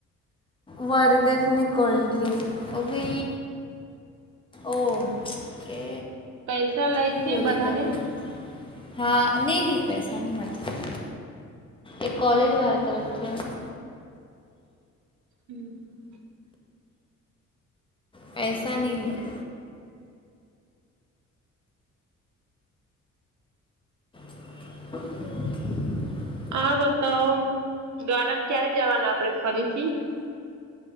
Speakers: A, on the left (about 15°); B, on the right (about 70°).
A: બર્ગર અનેને કોલ્ડ ડ્રિંક ઉ જ ઓ કે
B: પૈસા લઈ
A: હું
B: છે.
A: બોલે
B: બધાને
A: તને હા નહીં નહી પૈસાની નથી એ કોલેજ વાળા તરફથી આવે
B: હમ
A: પૈસા ન લે- <inaudible>
B: હા બતાવ ગાર્ડન ક્યારે જવાનું આપડે ફરીથી-